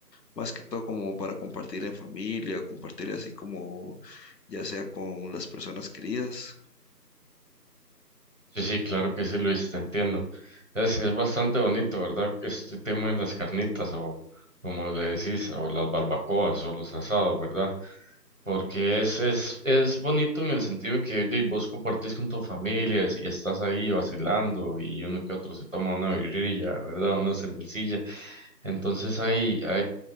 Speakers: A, on the left; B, on the right.
A: Más que todo como para compartir en familia o compartir así como ya sea con las personas queridas.
B: Sí, sí, claro que sí, Luis, te entiendo. Es, es bastante bonito, ¿verdad? Este tema de las carnitas o como le decís, o las barbacoas o los asados, ¿verdad? Porque es, es, es bonito en el sentido de que di, vos compartís con tu familia y estás ahí vacilando y uno que otro se toma una birrilla, ¿verdad? Una cervecilla. Entonces hay,